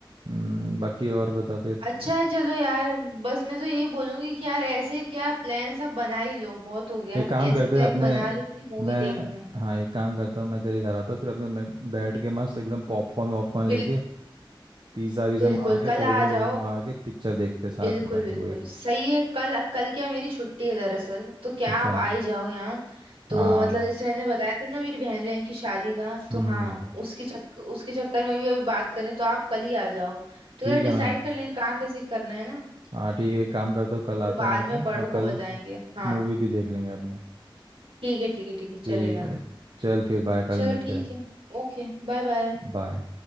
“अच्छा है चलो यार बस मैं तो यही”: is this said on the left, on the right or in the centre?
Right